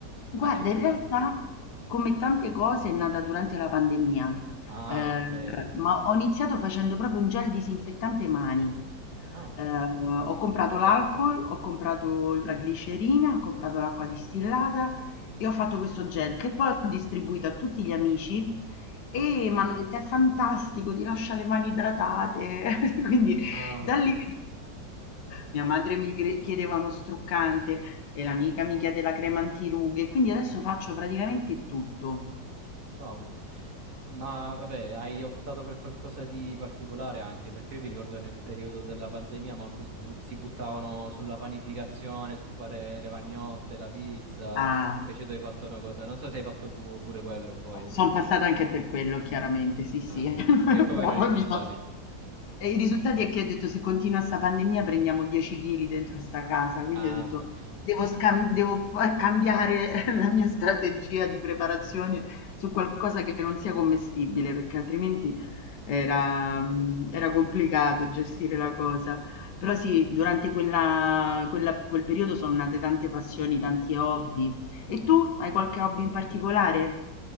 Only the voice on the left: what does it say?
Guarda,
in realtà come tante cose è nata durante la pandemia,
ehm,
ma ho iniziato facendo proprio un gel disinfettante mani.
Eh,
ho comprato l'alcol, ho comprato la glicerina, ho comprato l'acqua distillata e ho fatto questo gel che poi ho distribuito a tutti gli amici e
mi hanno detto è fantastico, ti lascia le mani idratate. <laughs> Quindi
da
lì mia madre mi cre- chiedeva uno struccante e l'amica mi chiede la crema antirughe, quindi adesso faccio praticamente tutto.
Ah.
Son passata anche per quello chiaramente, sì, sì.
<laughs>
Però
poi
mi so e i risultati è che ho detto: "Se continua 'sta pandemia prendiamo 10 chili dentro 'sta casa", quindi
ho detto:
"Devo scam devo pa cambiare <laughs> la mia strategia di preparazione su qualcosa che non sia commestibile", perché altrimenti era mhmm, era complicato gestire la cosa. Però sì, durante quella quella quel periodo son nate tante passioni, tanti hobby. E tu hai qualche hobby in particolare?